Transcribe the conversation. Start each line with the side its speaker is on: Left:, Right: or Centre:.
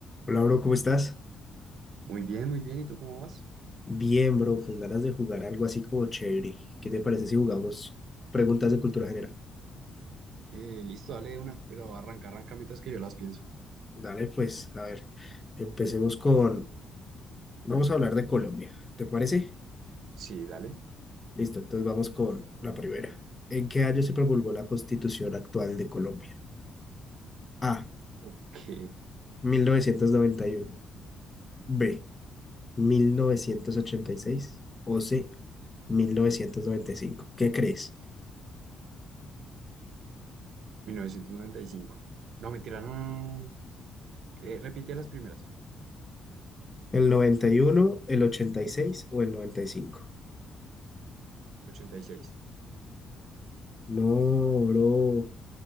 Left: Hola, bro, ¿cómo estás?
Right: Muy bien, muy bien. ¿Y tú cómo vas?
Left: Bien, bro, con ganas de jugar algo así como chévere. ¿Qué te parece si jugamos preguntas de cultura general?
Right: Eh, listo, dale de una, pero arranca, arranca mientras que yo las pienso.
Left: Dale, pues, a ver, empecemos con... Vamos a hablar de Colombia, ¿te parece?
Right: Sí, dale.
Left: Listo, entonces vamos con la primera. ¿En qué año se promulgó la constitución actual de Colombia? A,
Right: Ok,
Left: 1991. B, 1986. o C, 1995. ¿Qué crees?
Right: 1995. No, mentira, no, no, no. no. Eh, repite las primeras.
Left: ¿El 91, el 86 o el noventa y cinco.
Right: 86.
Left: No, bro,